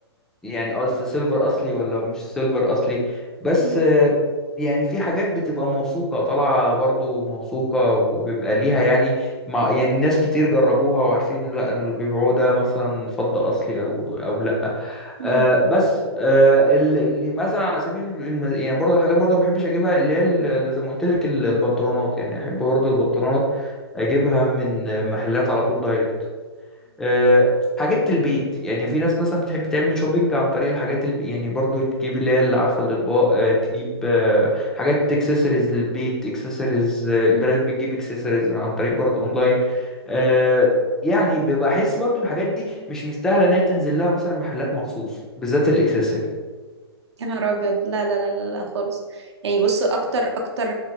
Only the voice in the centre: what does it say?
يعني أه في سيلفر أصلي ولا مش سيلفر أصلي بس
آه، يعني في حاجات بتبقى موثوقة طالعة برضو موثوقة وبيبقى ليها يعني مع يعني ناس كتير جربوها وعارفين إن لأ إن اللي بيبيعوه ده مثلا فضة أصلي أو أو لأ
آه بس آه ال- اللي مثلا على سبيل المز... يعني برضه الحاجات برضه ما بحبش اجيبها اللي هي ال- زي ما قلت لك ال- البنطلونات يعني احب برضه البنطلونات اجيبها من محلات على طول دايركت آه، حاجات البيت يعني في ناس مثلا بتحب تعمل شوبينج عن طريق الحاجات الب... يعني برضو تجيب اللي هي اللي عارفه الاطباق آه، تجيب آه، حاجات اكسسوارز للبيت اكسسوارز البراند
بتجيب اكسسوارز عن طريق برضو اونلاين آه، يعني ببقى احس برضو الحاجات دي مش مستاهله انها تنزل لها مثلا محلات مخصوص بالذات الاكسسوارز